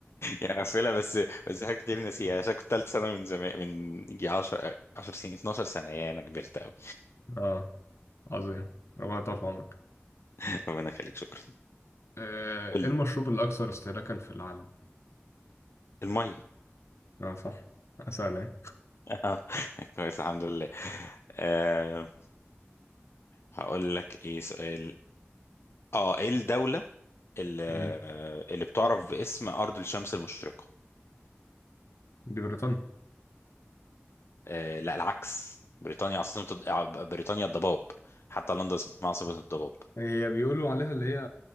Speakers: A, on the left; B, on the left.
A: يعني بقفلها بس بس حاجات كتير ناسيها عشان كنت تالت سنة من زمان من يجي 10 10 سنين 12 سنة يا انا كبرت قوي
B: اه عظيم ربنا يطول في عمرك
A: <laughs> ربنا يخليك شكرا
B: آه،
A: قول
B: ايه المشروب
A: لي
B: الاكثر استهلاكا في العالم
A: المية
B: اه صح اسال ايه
A: آه، <laughs> كويس الحمد لله أه هقول لك ايه سؤال اه ايه الدولة اللي,
B: مم.
A: اللي بتعرف باسم أرض الشمس المشرقة
B: دي بريطانيا
A: أه لا العكس بريطانيا عاصمة الض- آه، بريطانيا الضباب حتى لندن اسمها عاصمة الضباب
B: هي بيقولوا عليها اللي هي